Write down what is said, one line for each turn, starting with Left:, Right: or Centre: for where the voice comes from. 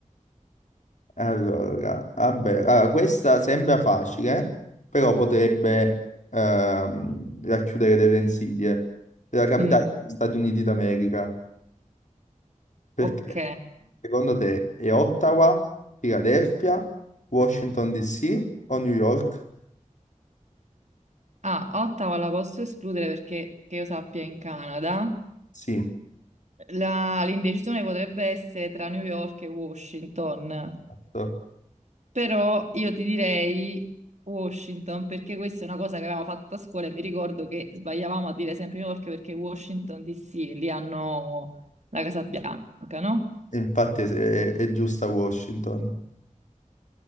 Left: Allora, vabbè, allora, questa sembra facile, però potrebbe ehm, racchiudere delle insidie. La capitale
Right: Mm,
Left: degli Stati Uniti d'America. Perché?
Right: ok.
Left: Secondo te è Ottawa, Philadelphia, Washington DC o New York?
Right: Ah, Ottawa la posso escludere perché, che io sappia, è in Canada.
Left: Sì,
Right: La- L'indecisione potrebbe essere tra New York e Washington,
Left: giusto.
Right: però io ti direi Washington perché questa è una cosa che avevamo fatto a scuola e mi ricordo che sbagliavamo a dire sempre New York perché Washington DC, lì hanno la Casa Bianca, no?
Left: infatti è, è giusta Washington.